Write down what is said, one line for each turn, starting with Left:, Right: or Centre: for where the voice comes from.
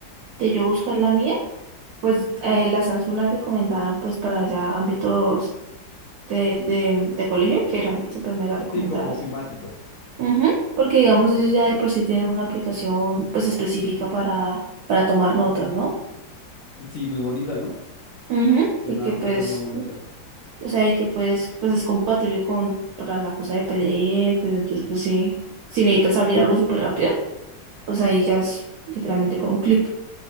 Right: de yo buscar la mía, pues eh, la Samsung la recomendaban pues para ya ámbitos de, de, de colegio que eran súper mega recomendadas.
Left: sí, como ofimáticos.
Right: Ujú, Porque digamos ellos ya de por sí tienen una aplicación pues específica para, para tomar notas, ¿no?
Left: Sí, muy bonita, ¿no?
Right: Ujú,
Left: Tiene
Right: Y
Left: una
Right: que
Left: aplicación
Right: pues,
Left: muy bonita.
Right: o sea, y que pues, pues es compatible con para la cosa de PDF, entonces pues sí, si necesitas abrir algo súper rápido. O sea, ahí ya es literalmente con un clip.